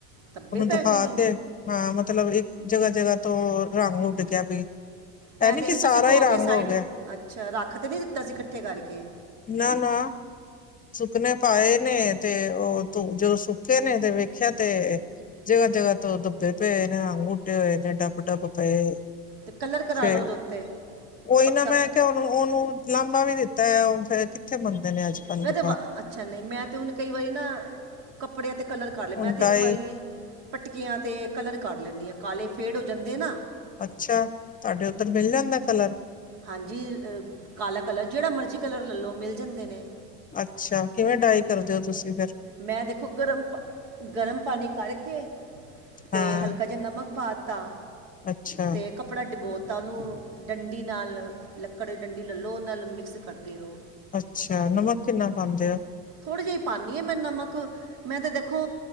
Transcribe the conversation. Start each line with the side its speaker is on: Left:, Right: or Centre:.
Right: ਧੱਬੇ
Left: ਓਨੂੰ
Right: ਪੈ
Left: ਦਿਖਾ
Right: ਗਏ ਨੇ
Left: ਕੇ ਹਾਂ ਮਤਲਬ ਇੱਕ ਜਗਾ-ਜਗਾ ਤੋਂ ਰੰਗ ਉੱਡ ਗਿਆ ਬਈ।
Right: ਐ
Left: ਏ ਨੀ
Right: ਤੇ
Left: ਕਿ
Right: ਨਹੀਂ
Left: ਸਾਰਾ
Right: ਤੁਸੀਂ ਧੋ
Left: ਈ ਰੰਗ
Right: ਕੇ ਸਾਈਡ
Left: ਹੋ ਗਿਆ।
Right: ਅੱਛਾ, ਰੱਖ ਤੇ ਨੀ ਦਿੱਤਾ ਸੀ ਕੱਠੇ ਕਰਕੇ।
Left: ਨਾ-ਨਾ। ਸੁੱਕਨੇ ਪਾਏ ਨੇ ਤੇ ਓ ਧੋ ਜਦੋਂ ਸੁੱਕੇ ਨੇ ਤੇ ਵੇਖੇਆ ਤੇ ਜਗਾ-ਜਗਾ ਤੋਂ ਧੱਬੇ ਪਏ ਨੇ ਰੰਗ ਉੱਡੇ ਹੋਏ ਨੇ ਡੱਬ-ਡੱਬ ਪਏ।
Right: ਤੇ ਕਲਰ ਕਰਾ
Left: ਫੇਰ,
Right: ਲਓ ਉਹਦੇ ਉੱਤੇ
Left: ਕੋਈ
Right: ਪੱਕਾ
Left: ਨਾ ਮੈਂ ਕਿਆ ਹੁਨ ਹੁਨ ਓਨੂੰ ਲਾਂਬਾ ਵੀ ਦਿੱਤਾ ਏ ਓ ਫਿਰ ਕਿੱਥੇ ਮੰਨਦੇ ਨੇ ਅੱਜ-ਕੱਲ
Right: ਮੈਂ
Left: ਦੇ।
Right: ਤੇ ਅੱਛਾ, ਨਈਂ ਮੈਂ ਤੇ ਹੁਨ ਕਈ ਵਾਰੀ ਨਾ ਕੱਪੜੇਆਂ ਤੇ ਕਲਰ ਕਰ ਲਏ
Left: ਹੁਣ
Right: ਮੈਂ ਤੇ
Left: ਡਾਈ
Right: ਇੱਕ ਵਾਰੀ ਪਟਕੇਆਂ ਤੇ ਕਲਰ ਕਰ ਲੈਂਨੀ ਆਂ ਕਾਲੇ ਫੇਡ ਹੋ ਜਾਂਦੇ ਐ ਨਾ।
Left: ਅੱਛਾ, ਤੁਆਡੇ ਓਦਰ ਮਿਲ ਜਾਂਦੈ ਕਲਰ।
Right: ਹਾਂਜੀ, ਕਾਲਾ ਕਲਰ ਜੇੜਾ ਮਰਜ਼ੀ ਕਲਰ ਲੈ ਲੋ ਮਿਲ ਜਾਂਦੇ ਨੇ।
Left: ਅੱਛਾ, ਕਿਵੇਂ ਡਾਈ ਕਰਦੇ ਓ ਤੁਸੀਂ ਫਿਰ?
Right: ਮੈਂ ਦੇਖੋ ਗਰਮ ਪਾ, ਗਰਮ ਪਾਨੀ ਕਰਕੇ ਤੇ
Left: ਹਾਂ
Right: ਹਲਕਾ ਜਾ ਨਮਕ ਪਾ ਤਾ
Left: ਅੱਛਾ
Right: ਤੇ ਕ ਕੱਪੜਾ ਡਿਬੋ ਤਾਂ ਓਨੂੰ ਡੰਡੀ ਨਾਲ ਲੱਕੜ ਡੰਡੀ ਲੈ ਲੋ ਓਦੇ ਨਾਲ ਮਿਕਸ ਕਰਦੇ ਰਓ।
Left: ਅੱਛਿਆ, ਨਮਕ ਕਿੰਨਾ ਪਾਂਦੇ ਓ?
Right: ਥੋੜੀ ਜਈ ਪਾਨੀ ਆ ਮੈਂ ਨਮਕ ਮੈਂ ਤੇ ਦੇਖੋ